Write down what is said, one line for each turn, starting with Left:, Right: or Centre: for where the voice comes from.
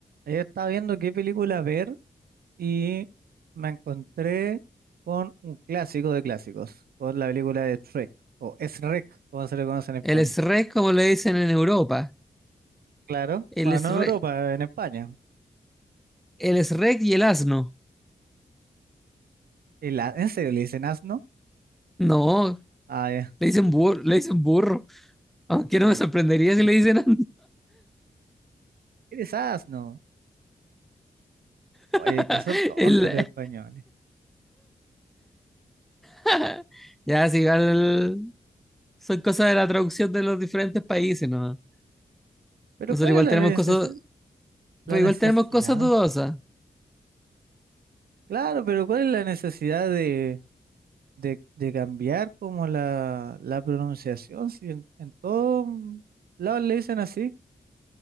Right: Ayer estaba viendo qué película ver y me encontré con un clásico de clásicos, con la película de Shrek, o Shrek, como se le conoce en España.
Centre: El SREC, como le dicen en Europa.
Right: Claro,
Centre: El
Right: bueno,
Centre: SREC,
Right: no en Europa, en España.
Centre: el SREC y el asno.
Right: Y la- ¿En serio le dicen asno?
Centre: No,
Right: Ah, ya,
Centre: le dicen burro, le dicen burro. Aunque
Right: ah,
Centre: no
Right: ya.
Centre: me sorprendería si le dicen
Right: Eres asno. Oye,
Centre: <laughs>
Right: que son tontos
Centre: el...
Right: los españoles.
Centre: <laughs> Ya, si igual son cosas de la traducción de los diferentes países, ¿no?
Right: Pero
Centre: Nosotros
Right: ¿cuál
Centre: igual
Right: es la
Centre: tenemos
Right: necesi-
Centre: cosas,
Right: la
Centre: pues
Right: necesidad?
Centre: igual tenemos cosas dudosas.
Right: Claro, pero ¿cuál es la necesidad de, de, de cambiar como la, la pronunciación? Si en, en todos lados le dicen así.